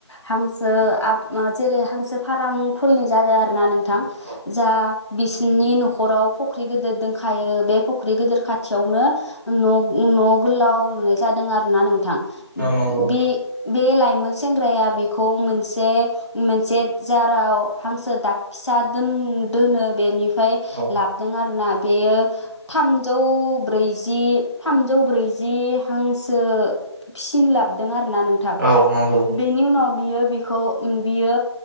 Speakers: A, on the left; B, on the right.
A: हांसो जेरै हांसो फार्म खुलिनाय जादों आरो ना नोंथां नोंथां
B: औ
A: जा- बिस नोंनि न'खराव फख्रि गिदिर दंखायो बे फुख्रि गिदिर खाथियावनो न' न' गोलाव लुनाय जादों आरो ना नोंथां
B: नंगौ
A: बे बे लाइमोन सेंग्राया बेखौ मोनसे मोनसे जाराव हांसो दाग फिसा दोनो बेनि ओमफ्राय
B: औ
A: लाबोदों आरोना बेयो थामजौ ब्रैजि थामजौ ब्रैजि हांसो फिसिनो लाबोदों आरो आरो ना नोंथां
B: औ नंगौ
A: बेनि उनाव बियो बिखौ बियो